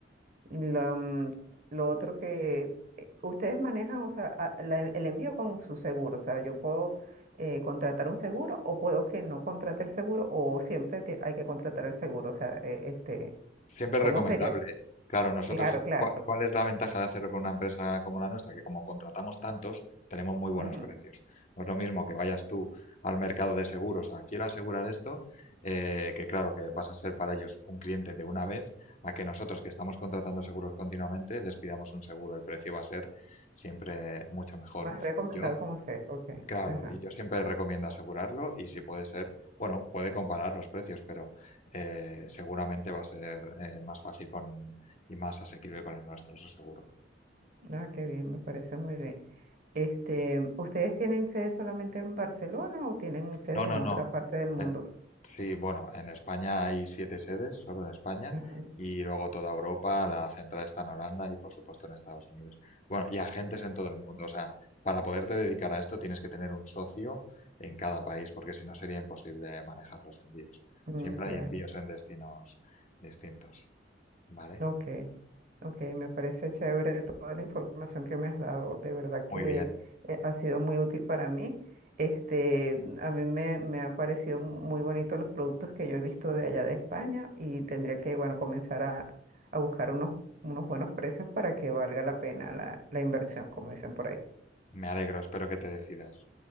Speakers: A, on the right; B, on the left.
A: La, mm, lo otro que eh, ustedes manejan, o sea, a- la- el envío con su seguro, o sea, yo puedo eh, contratar un seguro o puedo que no contrate el seguro o siempre te- hay que contratar el seguro, o sea, eh, este,
B: Siempre
A: ¿cómo
B: es recomendable.
A: sería?
B: Claro, nosotros,
A: Claro, claro.
B: ¿cuá- ¿cuál es la ventaja de hacerlo con una empresa como la nuestra? Que como contratamos tantos, tenemos muy buenos
A: ujú,
B: precios. No es lo mismo que vayas tú al mercado de seguros a quiero asegurar esto, eh, que claro, que vas a ser para ellos un cliente de una vez, a que nosotros que estamos contratando seguros continuamente les pidamos un seguro. El precio va a ser siempre mucho mejor.
A: Más recomendado
B: Yo
A: con usted, ok.
B: Claro,
A: Ajá.
B: y yo siempre recomiendo asegurarlo y si puede ser, bueno, puede comparar los precios, pero eh, seguramente va a ser eh, más fácil con, y más asequible con el nuestro, eso seguro.
A: Ah, qué bien, me parece muy bien. Este, ¿ustedes tienen sede solamente en Barcelona o tienen sedes
B: No,
A: en
B: no,
A: otra
B: no.
A: parte del mundo?
B: Eh, Sí, bueno, en España hay siete sedes, solo en España,
A: Ajá,
B: y luego toda Europa, la central está en Holanda y por supuesto en Estados Unidos. Bueno, y agentes en todo el mundo, o sea, para poderte dedicar a esto tienes que tener un socio en cada país, porque si no sería imposible manejar los envíos.
A: mm,
B: Siempre
A: claro.
B: hay envíos en destinos distintos, ¿vale?
A: Ok, ok, me parece chévere toda la información que me has dado. De verdad
B: Muy
A: que
B: bien,
A: eh, ha sido muy útil para mí. Este, a mí me, me ha parecido muy bonito los productos que yo he visto de allá de España y tendría que, bueno, comenzar a, a buscar unos, unos buenos precios para que valga la pena la, la inversión, como dicen por ahí.
B: me alegro, espero que te decidas.